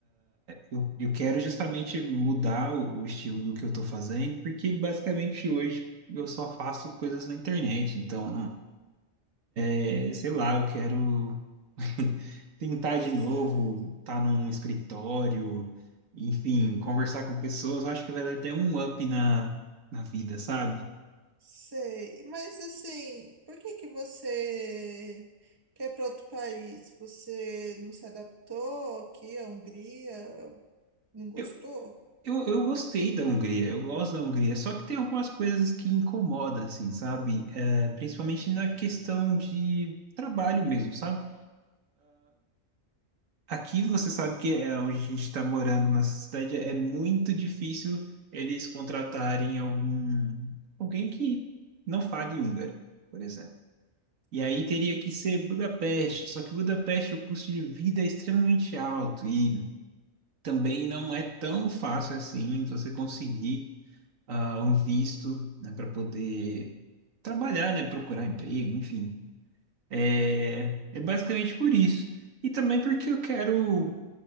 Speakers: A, on the right; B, on the right.
A: Eu, eu quero justamente mudar o, o estilo do que eu tô fazendo, porque basicamente hoje eu só faço coisas na internet. Então, É, sei lá, eu quero <laughs> tentar
B: Tá
A: de novo,
B: certo.
A: estar num escritório, enfim, conversar com pessoas. Eu acho que vai dar até um up na, na vida, sabe?
B: Sei, mas assim, por que que você quer ir para outro país? Você não se adaptou aqui à Hungria? Não gostou?
A: Eu, eu, eu gostei da Hungria, eu gosto da Hungria, só que tem algumas coisas que incomodam, assim, sabe? É, principalmente na questão de trabalho mesmo, sabe? Aqui você sabe que é onde a gente está morando, nessa cidade, é muito difícil eles contratarem algum alguém que não fale húngaro, por exemplo. E aí teria que ser Budapeste, só que Budapeste o custo de vida é extremamente alto e também não é tão fácil assim você conseguir ah, um visto, né, para poder trabalhar, né, procurar emprego, enfim. É, é basicamente por isso. E também porque eu quero